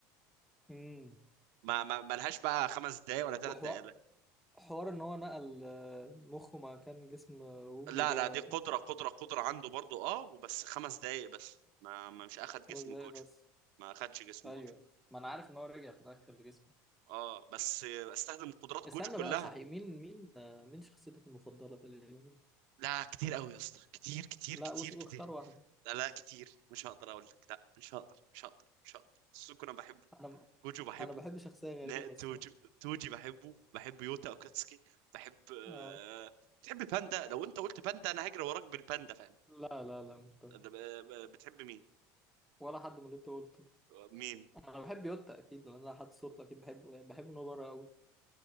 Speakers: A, in the centre; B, on the right (about 65°).
A: امم
B: ما ما ما لهاش بقى خمس دقايق ولا ثلاث
A: وحوار
B: دقايق لا
A: حوار ان هو نقل آه، مخه ما كان جسم آه، ووجو
B: لا
A: ده
B: لا، دي قدرة قدرة قدرة عنده برضو اه وبس خمس دقايق بس ما, ما مش اخد جسم
A: خمس دقايق
B: جوجو
A: بس
B: ما اخدش جسم
A: ايوه
B: جوجو
A: ما انا عارف ان هو رجع في الاخر لجسمه
B: اه بس استخدم قدرات
A: استنى
B: جوجو كلها
A: بقى صحيح مين مين آه، مين شخصيتك المفضلة في الانمي
B: لا كتير قوي يا اسطى كتير كتير
A: لا
B: كتير
A: وش- واختار
B: كتير
A: واحدة
B: لا لا كتير مش هقدر اقول لك لا مش هقدر مش هقدر مش هقدر سوكو انا بحبه
A: انا
B: جوجو بحبه
A: انا بحب شخصية
B: نا
A: غريبة
B: توجو
A: الصراحة
B: توجي بحبه بحب يوتا اوكاتسكي بحب آه...
A: آه.
B: بتحب باندا لو انت قلت باندا انا هجري وراك بالباندا فاهم
A: لا لا لا مش بنت
B: آه، بتحب مين
A: ولا حد من اللي انت قلته ده.
B: مين
A: انا بحب يوتا اكيد لان انا حد صورته اكيد بحبه يعني بحب نوبرا قوي